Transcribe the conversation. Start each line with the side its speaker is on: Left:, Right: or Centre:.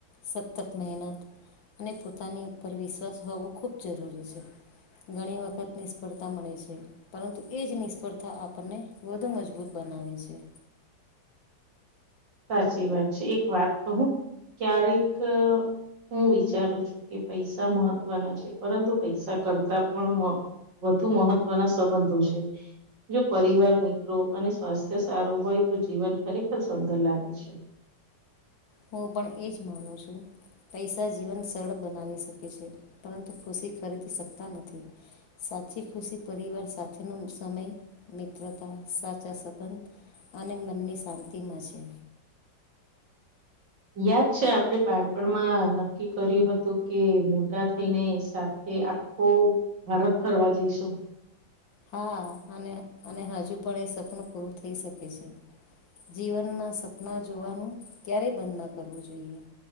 Left: સતત મહેનત ને પોતાની ઉપર વિશ્વાસ હોવો ખૂબ જરૂરી છે. ઘણી વખત નિષ્ફળતા મળે છે પરંતુ એ જ નિષ્ફળતા આપણને વધુ મજબૂત બનાવે છે.
Right: સાચી વાત છે એક વાત કહું, ક્યારેક હું વિચારું છું કે પૈસા મહત્વના છે પરંતુ પૈસા કરતા પણ મ વધુ મહત્વના સંબંધો છે. જો પરિવાર મિત્રો અને સ્વાસ્થ્ય સારું હોય તો જીવન ખરેખર સુંદર લાગે છે.
Left: હું પણ એજ માનું છું. પૈસા જીવન સરળ બનાવી શકે છે પરંતુ ખુશી ખરીદી શકતા નથી. સાચી ખુશી પરિવાર સાથેનો સમય મિત્રતા, સાચા સંબંધ અને મનની શાંતિમાં છે.
Right: યાદ છે આપડે બાળપણમાં નક્કી કર્યું હતું કે મોટા થઈને સાથે આખો ભારત ફરવા જઈશું.
Left: હા અને અને હજુ પણ એ સપનું પૂરું થઈ શકે છે. જીવન માં સપના જોવાનું ક્યારેય બંધ ન કરવું જોઈએ